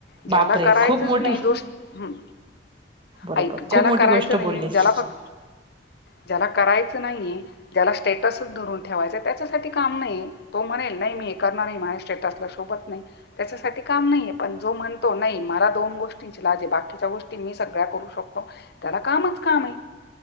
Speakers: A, on the left (about 65°); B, on the right (about 30°).
A: ज्याला
B: बापरे
A: करायचंच
B: खूप मोठी
A: नाही दोष हम्.
B: बरोबर
A: ऐक ज्याला
B: खूप मोठी
A: करायचं
B: गोष्ट
A: नाई
B: बोललीस
A: ज्याला फक् ज्याला करायचं नाई ज्याला स्टेटसच धरून ठेवायचाय त्याच्यासाठी काम नाही. तो म्हणेल नाही मी हे करणार नाय माझ्या स्टेटसला शोभत नाय. त्याच्यासाठी काम नाही पण जो म्हणतो नाही मला दोन गोष्टी लाज ए बाकीच्या गोष्टी मी सगळ्या करू शकतो त्याला कामच कामं आय.